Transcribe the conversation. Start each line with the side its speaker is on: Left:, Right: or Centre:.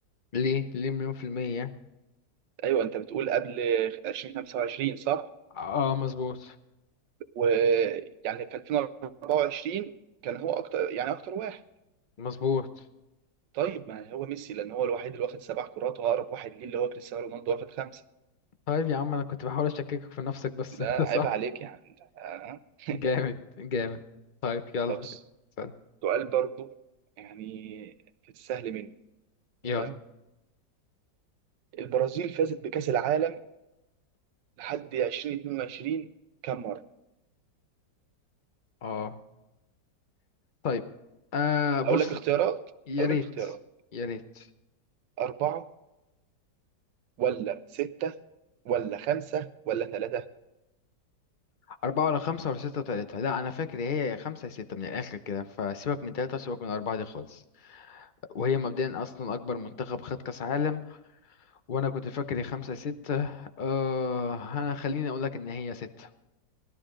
Left: ليه ليه مليون في المية
Right: أيوة أنت بتقول قبل 2025 صح
Left: اه مظبوط
Right: ويعني في 2024 كان هو أكتر يعني أكتر واحد
Left: مظبوط
Right: طيب ما هو ميسي لأن هو الوحيد اللي واخد سبع كرات وأقرب واحد ليه اللي هو كريستيانو رونالدو واخد خمسة
Left: طيب يا عم انا كنت بحاول اشككك في نفسك بس
Right: ده
Left: <laughs> انت
Right: عيب
Left: صح
Right: عليك يعني آه. <laughs>
Left: جامد جامد طيب يلا
Right: طب
Left: استنى
Right: سؤال برضو يعني في السهل منه
Left: يلا
Right: تمام البرازيل فازت بكأس العالم لحد 2022 كم مرة؟
Left: اه طيب آه بص
Right: هقول لك اختيارات
Left: يا
Right: هقول
Left: ريت
Right: لك اختيارات
Left: يا ريت
Right: أربعة ولا ستة ولا خمسة ولا ثلاثة
Left: أربعة ولا خمسة ولا ستة وتلاتة لا أنا فاكر هي يا خمسة يا ستة من الآخر كده فسيبك من تلاتة وسيبك من أربعة دي خالص وهي مبدئيا أصلا أكبر منتخب خد كأس عالم وأنا كنت فاكر هي خمسة يا ستة آه أنا خليني أقولك إن هي ستة